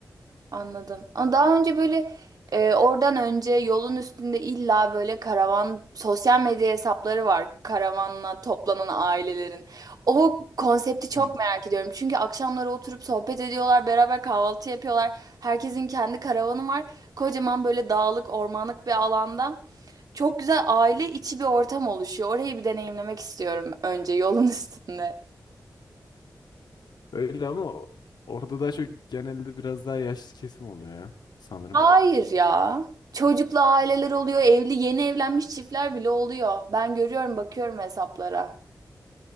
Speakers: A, on the right; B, on the left.
A: Anladım. Ama daha önce böyle e, oradan önce yolun üstünde illa böyle karavan sosyal medya hesapları var. Karavanla toplanan ailelerin. O konsepti çok
B: Hmm.
A: merak ediyorum. Çünkü akşamları oturup sohbet ediyorlar, beraber kahvaltı yapıyorlar. Herkesin kendi karavanı var. Kocaman böyle dağlık, ormanlık bir alanda. Çok güzel aile içi bir ortam oluşuyor. Orayı bir deneyimlemek istiyorum önce yolun <laughs> üstünde.
B: Öyle ama orada daha çok genelde biraz daha yaşlı kesim oluyor ya sanırım.
A: Hayır ya. Çocuklu aileler oluyor, evli yeni evlenmiş çiftler bile oluyor. Ben görüyorum, bakıyorum hesaplara.